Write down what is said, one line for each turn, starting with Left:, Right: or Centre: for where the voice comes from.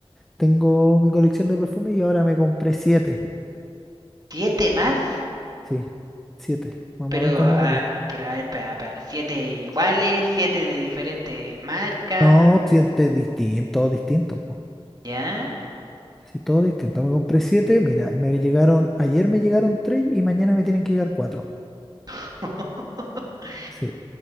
Centre: Tengo mi colección de perfumes y ahora me compré siete.
Right: ¿Siete más?
Centre: Sí, siete. Vamos
Right: Pero,
Centre: a ver cuándo
Right: a,
Centre: me llegan.
Right: a- pero, a ver, espera, espera. Siete iguales, siete de diferentes marcas,
Centre: No, siete distintos, distintos, po.
Right: ¿ya?
Centre: Sí, todo distinto. Me compré siete, mira, y me llegaron, ayer me llegaron tres y mañana me tienen que llegar cuatro.
Right: <laughs>
Centre: Sí.